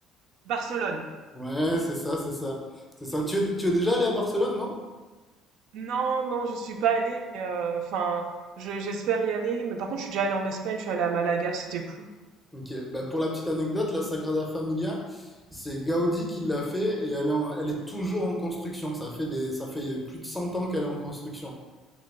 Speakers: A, on the right; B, in the centre.
A: Barcelone.
B: Ouais, c'est ça, c'est ça. C'est ça. Tu es, tu es déjà allé à Barcelone, non?
A: Non, non, je suis pas allée. euh, Enfin, je- j'espère y aller, mais par contre, je suis déjà allée en Espagne, je suis allée à Malaga, c'était cool.
B: Ok, Bah, pour la petite anecdote, la Sagrada Familia, c'est Gaudi qui l'a fait et elle est, en- elle est toujours en construction. Ça fait des, ça fait plus de 100 ans qu'elle est en construction.